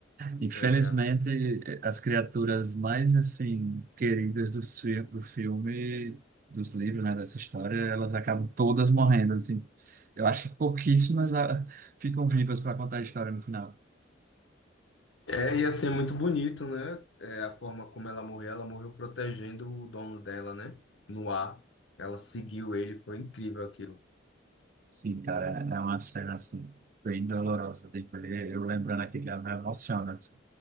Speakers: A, on the right; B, on the left.
A: infelizmente,
B: é,
A: as criaturas mais assim queridas do, fi- do filme, dos livros, né, dessa história, elas acabam todas morrendo, assim. Eu acho que pouquíssimas ah, ficam vivas para contar a história no final.
B: É, ia ser muito bonito, né? É, a forma como ela morreu, ela morreu protegendo o dono dela, né? No ar. Ela seguiu ele, foi incrível aquilo.
A: Sim, cara, é uma cena assim bem dolorosa. Tem que ver, eu lembrando aqui já me emociona, assim,